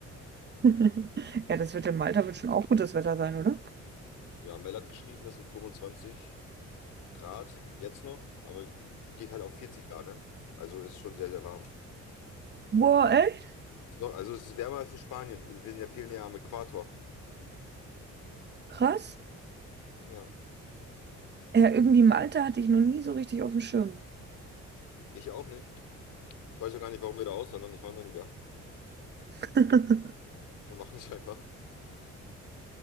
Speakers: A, on the right (about 35°); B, on the left (about 85°).
A: <laughs> Ja, das wird in Malta wird schon auch gutes Wetter sein, oder?
B: Ja, Mel hat geschrieben, das sind 25 Grad jetzt noch, aber geht halt auf 40 Grad, ne? Also ist schon sehr, sehr warm.
A: Boah, echt?
B: Ist noch, also es ist wärmer als in Spanien. Wir sind ja viel näher am Äquator.
A: Krass.
B: Ja.
A: Ja, irgendwie Malta hatte ich noch nie so richtig auf dem Schirm.
B: Ich auch nicht. Ich weiß ja gar nicht, warum wir da auswandern. Ich war noch nie da.
A: <laughs>
B: Aber wir machen es einfach.